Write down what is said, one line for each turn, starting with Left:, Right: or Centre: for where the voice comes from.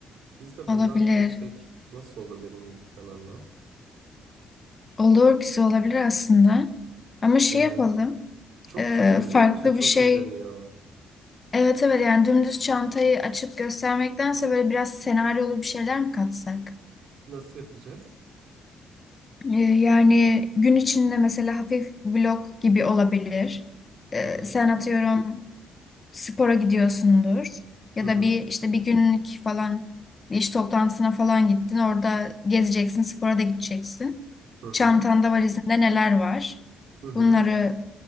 Right: Biz de
Left: olabilir.
Right: bundan çeksek nasıl olur benim YouTube kanalına?
Left: Olur güzel olabilir aslında. Ama şey
Right: Hı hı.
Left: yapalım.
Right: Çok
Left: Ee,
Right: tutuyor biliyor
Left: farklı
Right: musun? Çok
Left: bir şey.
Right: izleniyor.
Left: Evet evet yani dümdüz çantayı açıp göstermektense böyle biraz senaryolu bir şeyler mi katsak?
Right: Nasıl yapacağız?
Left: Ee, yani gün içinde mesela hafif vlog gibi olabilir. Ee,
Right: Hı hı.
Left: sen atıyorum spora gidiyorsundur ya
Right: Hı hı.
Left: da bir işte bir günlük falan bir iş toplantısına falan gittin. Orada gezeceksin, spora da gideceksin.
Right: Hı hı.
Left: Çantanda valizinde neler var?
Right: Hı hı.
Left: Bunları